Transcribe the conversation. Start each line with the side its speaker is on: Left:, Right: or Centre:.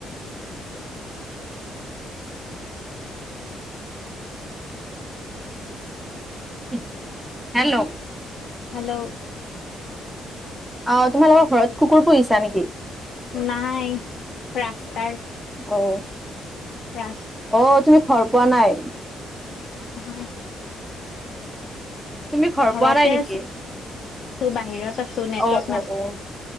Centre: <unintelligible> <inaudible> হেল্লো
Left: হেল্লো
Centre: অ তোমালোকৰ ঘৰত কুকুৰ পুহিছা নেকি?
Left: নাই ৰাস্তাৰ,
Centre: অ
Left: ৰাস্তাত
Centre: অ তুমি ঘৰ পোৱা নাই?
Left: হয়
Centre: তুমি ঘৰ
Left: ঘৰতে
Centre: পোৱা নাই নেকি?
Left: আছো, আছো বাহিৰত আছো <unintelligible> নেটৱৰ্ক
Centre: অ
Left: নাপ
Centre: অ অ